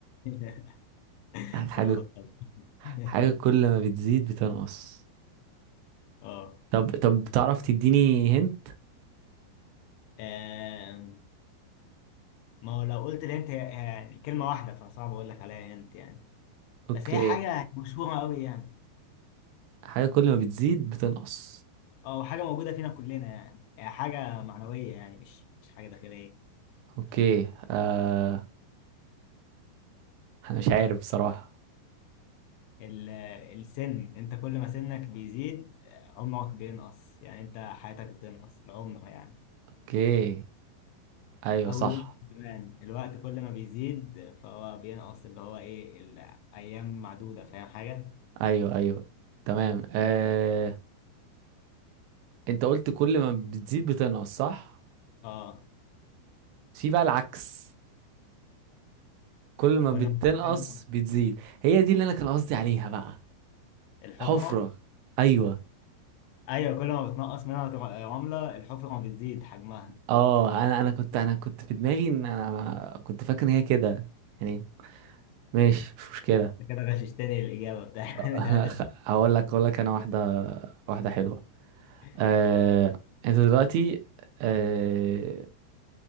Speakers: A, on the left; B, on the right.
A: <laughs>
B: حاجة
A: غلط طبعا <laughs>
B: حاجة كل ما بتزيد بتنقص
A: أه
B: طب طب تعرف تديني هنت
A: آم، ما هو لو قلت الهنت هي- يعني كلمة واحدة فصعب أقول لك عليها هنت يعني
B: اوكي
A: بس هي حاجة مشهورة أوي يعني
B: حاجة كل ما بتزيد بتنقص
A: أه حاجة موجودة فينا كلنا يعني هي حاجة معنوية يعني مش مش حاجة داخلية
B: اوكي آه انا مش عارف بصراحة
A: ال- السن انت كل ما سنك بيزيد آه، عمرك بينقص يعني انت حياتك بتنقص العمر يعني
B: اوكي ايوه
A: او
B: صح
A: الوقت كمان الوقت كل ما بيزيد فهو بينقص اللي هو ايه الايام معدودة فاهم حاجة
B: ايوه ايوه تمام آه انت قلت كل ما بتزيد بتنقص صح
A: اه
B: في بقى العكس كل ما
A: كل
B: بتنقص
A: ما بتنقص
B: بتزيد هي دي اللي انا كان قصدي عليها بقى
A: الحفرة
B: الحفرة ايوه
A: ايوه كل ما بتنقص منها تر- رملة الحفرة بتزيد حجمها
B: اه انا انا كنت انا كنت في دماغي ان انا كنت فاكر ان هي كده يعني ماشي مش مشكله
A: انت كده غششتني الاجابة بتاعت
B: <laughs>
A: <laughs> بتاعت
B: هقول لك هقول لك انا واحده واحده حلوه
A: الدكتور.
B: آه انت دلوقتي آه